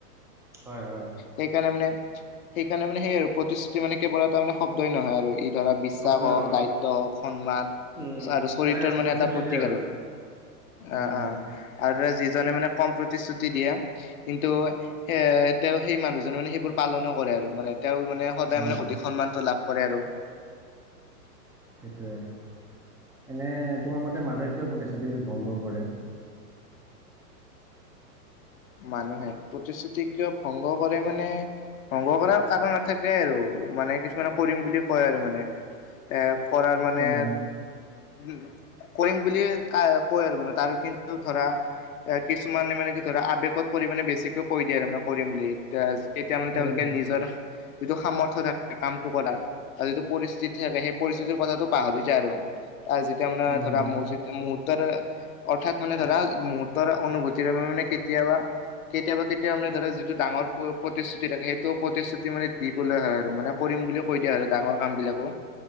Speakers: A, in the centre; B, on the left.
A: হয় হয়
B: সেইকাৰণে মানে সেইকাৰণে মানে সেইয় আৰু প্ৰতিশ্ৰুতি মানে কেৱল এটা মানে শব্দই নহয় আৰু ই ধৰা বিশ্বাস
A: শব্দই
B: হওক
A: নহয়
B: দায়িত্ব হওক সন্মান
A: উম,
B: আৰু চৰিতৰ
A: এটা ৰেচপনচিবিলিটি
B: মানে এটা প্ৰতীক আৰু
A: উম,
B: অ অ আৰু যিজনে মানে কম প্ৰতিশ্ৰুতি দিয়ে কিন্তু স তেওঁ সেই মানুহজনে মানে সেইবোৰ পালনো কৰে আৰু মানে তেওঁ মানে সদায়
A: হয়
B: মানে অধিক
A: হয়
B: সন্মানটো লাভ কৰে আৰু
A: সেইটোৱে এনে তোমাৰ মতে মানুহে কিয় প্ৰতিশ্ৰুতি ভংগ কৰে
B: মানুহে প্ৰতিশ্ৰুতি কিয় ভংগ কৰে মানে ভংগ কৰাৰ কাৰণ নাথাকে আৰু মানে কিছুমানে কৰিম বুলি কয় আৰু মানে এ কৰাৰ মানে
A: উম,
B: উ কৰিম বুলিুলিয় ক কয় আৰু মানে তাৰ কিন্তু ধৰা এ কিছুমানে মান কি ধৰা বেগত পৰিমাণে বেছিকৈ কৈ দিয়ে আৰু মানে কৰিম বুলি এতিয়া তেতিয়া মানে তেওঁলোকে
A: উম,
B: নিজৰ যিটো সামৰ্থয় থাকে কামটো কৰাত আৰু যিটো পৰিস্থিতি থাকে সেই পৰিস্থিতিৰ কথাটো পাহৰি যায় আৰু তাৰ যেতিয়া মানে
A: উম,
B: ধৰা মজি মুহুৰৰ্তৰ অৰ্থাৎ মানে ধৰা মুহুৰৰ্তৰ অনুভূতিৰ বাবে মানে কেতিয়াবা কেতিয়াবা কেতিয়াানে ধ যিটো ডাঙৰ প্ৰতিশ্ৰুতি থাকে সেইটো প্ৰতিশ্ৰুতি মানে দিবলৈ হয় আৰু মানে বুলি কৈ দিয়া আৰু ডাঙৰ কাম বিলাকো